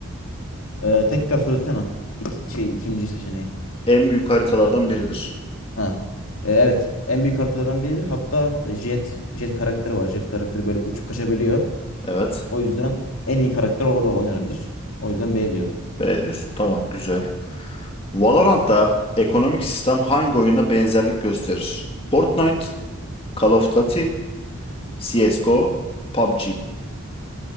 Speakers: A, on the left; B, on the left.
A: Ee, tekrar söylesene. İk- şey ikinci seçeneği.
B: En büyük haritalardan biridir.
A: Ha. Ee, evet. En büyük haritalardan biridir. Hatta e, Jet Jet karakteri var. Jet karakteri böyle uçup kaçabiliyor.
B: Evet.
A: O yüzden en iyi karakter orada oynanabilir. O yüzden B diyorum.
B: B diyorsun. Tamam güzel. Valorant'ta ekonomik sistem hangi oyuna benzerlik gösterir? Fortnite, Call of Duty, CSGO, PUBG.